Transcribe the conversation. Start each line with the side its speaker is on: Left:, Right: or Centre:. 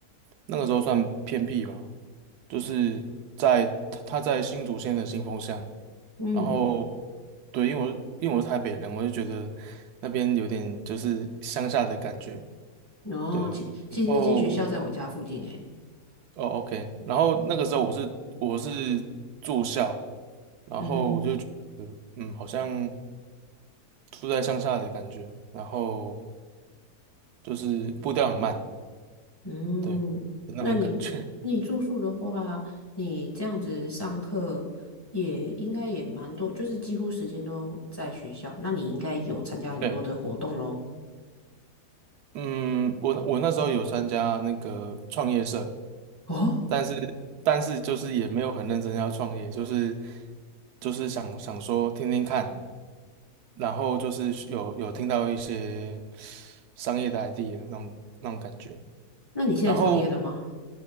Right: 那个时候算偏僻吧，就是在他在新竹县的新丰乡，
Left: 嗯，
Right: 然后对，因为我是因为我是台北人，我就觉得那边有点就是乡下的感觉，
Left: 哦，
Right: 对啊。
Left: 其其实那间学校在我家附近诶。
Right: 然后哦，OK。然后那个时候我是我是住校，然后我就觉得嗯，
Left: 嗯哼，
Right: 好像住在乡下的感觉，然后就是步调很慢，
Left: 嗯，
Right: 对，有那种感觉。
Left: 那你那你住宿的话，你这样子上课也应该也蛮多，就是几乎时间都在学校，那你应该有参加很多的活动喽。
Right: <laughs> 对。嗯，我我那时候有参加那个创业社，
Left: 哦，
Right: 但是但是就是也没有很认真要创业，就是就是想想说听听看，然后就是有有听到一些商业的 idea 那种那种感觉，
Left: 那你现在创业了吗？
Right: 然后。